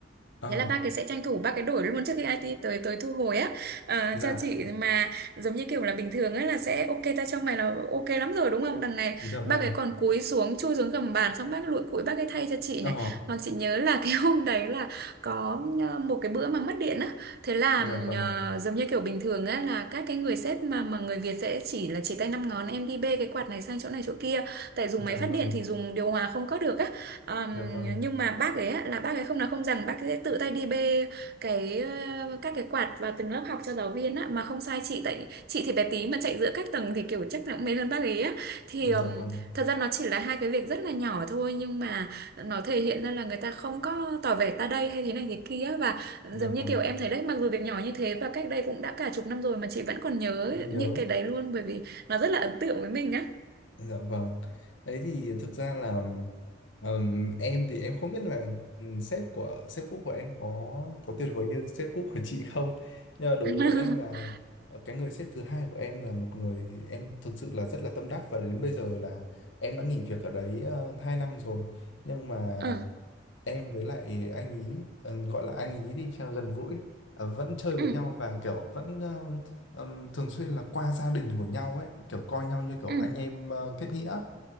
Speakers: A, on the left (about 75°); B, on the right (about 55°).
A: ờ,
B: Thế là ba cái sẽ tranh thủ ba cái đổi luôn trước khi IT tới tới thu hồi á à,
A: dạ,
B: cho chị mà giống như kiểu là bình thường ấy là sẽ ok ta trong mày là ok lắm rồi đúng không đằng này
A: dạ vâng,
B: ba cái còn cúi xuống chui xuống gầm bàn xong bác lụi cụi bác cái thay cho chị
A: ờ,
B: này hoặc chị nhớ là <laughs> cái hôm đấy là có ờ, một cái bữa mà mất điện á thế là
A: dạ vâng,
B: ờ, giống như kiểu bình thường á là các cái người sếp mà mà người Việt sẽ chỉ là chỉ tay năm ngón em đi bê cái quạt này sang chỗ này chỗ kia tại dùng
A: dạ
B: máy phát
A: vâng.
B: điện thì dùng điều hòa không có được á Ờm,
A: Dạ vâng,
B: nhưng mà bác ấy á, là bác ấy không nói không rằng bác ấy sẽ tự tay đi bê cái ờ, các cái quạt vào từng lớp học cho giáo viên á mà không sai chị tại chị thì bé tí mà chạy giữa các tầng thì kiểu chắc là cũng mệt hơn bác ấy á thì
A: dạ
B: ờm,
A: vâng,
B: thật ra nó chỉ là hai cái việc rất là nhỏ thôi nhưng mà nó thể hiện ra là người ta không có tỏ vẻ ta đây hay thế này thế kia và giống
A: dạ vâng,
B: như kiểu em thấy đấy mặc dù việc nhỏ như thế và cách đây cũng đã cả chục năm rồi mà chị vẫn còn nhớ
A: vẫn nhớ,
B: những cái đấy luôn bởi vì nó rất là ấn tượng với mình á
A: dạ vâng. Đấy thì thực ra là ừm, em thì em không biết là ừm, sếp của sếp cũ của em có có tuyệt vời như sếp cũ của chị không. Nhưng mà đối
B: <laughs>
A: với em là ờ, cái người sếp thứ hai của em là một người em thực sự là rất là tâm đắc và đến bây giờ là em đã nghỉ việc ở đấy uh, 2 năm rồi. Nhưng mà
B: ờ
A: em với lại anh ý ờ, gọi là anh ý đi cho gần gũi ờ, vẫn chơi với
B: ừ
A: nhau và kiểu vẫn ờ, ừm, thường xuyên là qua gia đình của nhau ấy kiểu coi nhau như kiểu
B: ừ ừ
A: anh em ờ, kết nghĩa